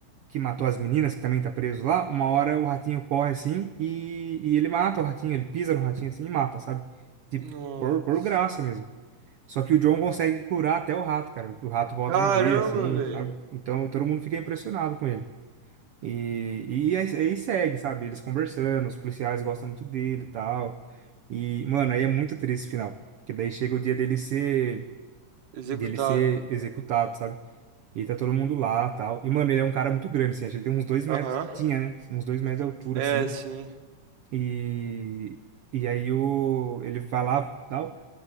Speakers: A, on the right; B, on the right.
A: que matou as meninas, que também tá preso lá, uma hora o ratinho corre assim e, e ele mata o ratinho, ele pisa no ratinho assim e mata, sabe? Tipo,
B: Nossa.
A: por, por graça mesmo. Só que o John consegue curar até o rato, cara. O rato volta
B: Caramba,
A: a viver, assim,
B: velho.
A: sabe? Então todo mundo fica impressionado com ele. E, e aí, aí segue, sabe? Eles conversando, os policiais gostam muito dele e tal. E, mano, aí é muito triste o final. Que daí chega o dia dele ser,
B: Executado.
A: dele ser executado, sabe? E tá todo mundo lá, tal. E, mano, ele é um cara muito grande, assim. Acho que ele tem uns dois metros.
B: Aham.
A: Tinha, né? Uns dois metros de altura,
B: É,
A: assim.
B: sim.
A: E... E aí o... ele vai lá, tal.